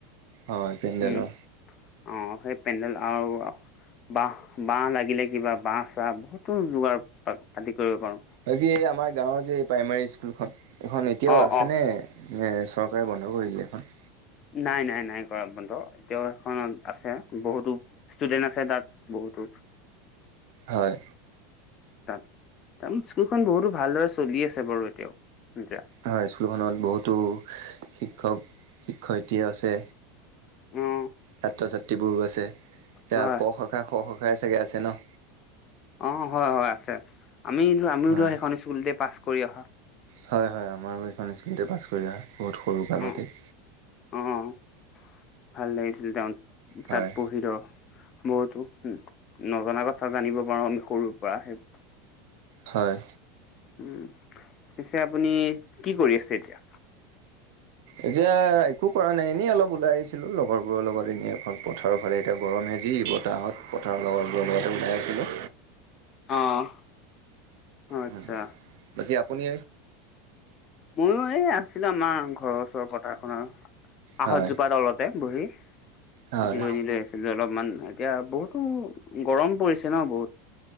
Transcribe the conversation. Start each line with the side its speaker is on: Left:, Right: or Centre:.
Right: হয় পেণ্ডেলৰ।
Left: উম অ', সেই পেণ্ডেল আৰু বাঁহ বাঁহ লাগিলে কিবা বাঁহ চাহ বহুতো যোগাৰ পাতি কৰিব পাৰোঁ।
Right: বাকি এই আমাৰ গাঁৱৰ যে এই প্ৰাইমোৰী স্কুলখন এইখন এতিয়াও
Left: অ
Right: আছেনে
Left: অ
Right: নে চৰকাৰে বন্ধ কৰিলে এইখন?
Left: নাই নাই নাই কৰা বন্ধ, এতিয়াও সেইখনত আছে বহুতো ষ্টুডেন্ট আছে তাত বহুতো।
Right: হয়।
Left: তাত তাৰমানে স্কুলখন বহুতো ভালদৰে চলি আছে বাৰু এতিয়াও এতিয়া
Right: হয় স্কুলখনত বহুতো শিক্ষক শিক্ষয়িত্ৰী আছে।
Left: উম
Right: ছাত্ৰ ছাত্ৰীবোৰো আছে, এতিয়া
Left: হয়
Right: ক শখাই খ শখাই চাগে আছে ন?
Left: অ' হয় হয় আছে, আমি আমিও
Right: হয়
Left: ধৰা সেইখন স্কুলতে পাছ কৰি অহা
Right: হয় হয় ময়ো সেইখন স্কুলতে পাছ কৰি অহা, বহুত সৰুকালতে।
Left: অ অ', ভাল লাগিছিল, তেওঁ তাত
Right: হয়
Left: পহি ধৰ। বহুতো উ, নজনা কথা জানিব পাৰো আমি সৰুৰ পৰা সেই
Right: হয়।
Left: উম, পিছে আপুনি কি কৰি আছে এতিয়া?
Right: এতিয়া একো কৰা নাই, এনেই অলপ ওলাই আহিছিলো লগৰবোৰৰ লগত এনেই এখন পথাৰৰ ফালে এতিয়া গৰম সেজি ব বতাহত পথাৰৰ লগৰ বোৰৰ লগতে ওলাই আহিছিলোঁ।
Left: অ'। আচ্ছা
Right: হে, বাকি আপুনি
Left: ময়ো এই আছিলো আমাৰ ঘৰৰ ওচৰৰ পথাৰখনৰ আঁহতজোপা
Right: হয়
Left: তলতে, বহি।
Right: হয়
Left: জিৰণি লৈ আছিলো অলপমান এতিয়া বহুতো গৰম পৰিছে ন বহুত।